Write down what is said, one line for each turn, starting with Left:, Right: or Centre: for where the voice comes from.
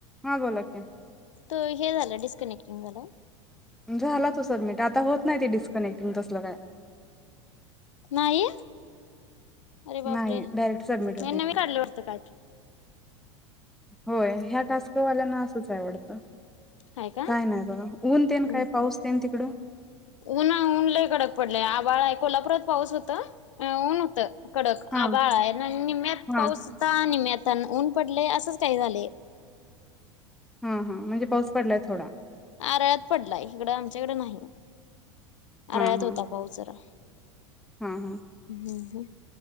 Centre: हा बोला कि.
Left: त हे झालं डिस्कनेक्टिंग झालं.
Centre: झाला तो सबमिट आता होत नाही, ते डिस्कनेक्टिंग तसलं काय.
Left: नाही? अरे बापरे
Centre: नाही
Left: यांना
Centre: डायरेक्ट सबमिट होतंय,
Left: मी नवी काढलं वाटतं काय तर
Centre: व्हय ह्या टास्क वाल्यांना अस च हाय वाटतं?
Left: हाय का?
Centre: काय नाही बघा ऊन तेन
Left: उम्म
Centre: काय
Left: हम्म
Centre: पाऊस तेन तिकडं
Left: उन् ऊन लई कडक पडले. आ बाळ हाय. कोल्हापुरात पाऊस होत? काय ऊन होतं? कडक
Centre: हा
Left: आभाळ आहे ना निम्यात
Centre: हा
Left: पाऊस होता निम्म्यात तन ऊन पडले असंच काही झाले.
Centre: हा हा म्हणजे पाऊस पडलाय थोडा.
Left: आरळ्यात पडलाय इकडं आमच्याकडे नाही.
Centre: हा
Left: आरळ्यात
Centre: हा
Left: होता पाऊस जरा.
Centre: हा हा
Left: हम् ह